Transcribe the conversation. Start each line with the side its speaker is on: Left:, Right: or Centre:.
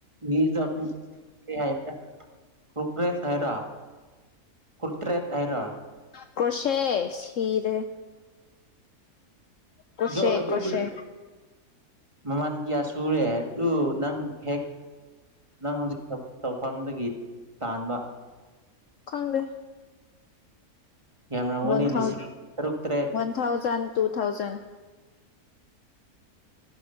Right: ꯃꯤꯔ ꯎ ꯍꯥꯏ ꯀꯀ꯭ꯔꯦꯠ ꯍꯥꯏꯩꯔ ꯀꯇ꯭ꯔꯦꯠ ꯍꯥꯏꯔ
Left: ꯀ꯭ꯔꯣꯁꯦ ꯁꯤꯤꯔꯦ ꯀ꯭ꯔꯣꯁꯦ
Right: ꯣ ꯑꯗꯨꯒꯤ
Left: ꯀ꯭ꯔꯣꯁꯦ
Right: ꯃꯃꯥꯟ ꯀꯌꯥ ꯁꯨꯔꯨꯔꯦ ꯑꯗꯨ ꯅꯪ ꯍꯦꯛ ꯅꯪ ꯍꯧꯖꯤꯛ ꯇꯧꯐꯝꯗꯒꯤ ꯇꯥꯟꯕ
Left: ꯈꯪꯦ
Right: ꯌꯥꯝꯔꯝꯒꯅꯤ
Left: ꯋꯥꯟ ꯊꯥꯎꯖ
Right: ꯂꯤꯁꯤꯡ ꯇꯔꯨꯛ ꯇꯔꯦꯠ
Left: ꯋꯥꯟ ꯊꯥꯎꯖꯟ ꯇꯨ ꯊꯥꯎꯖꯟ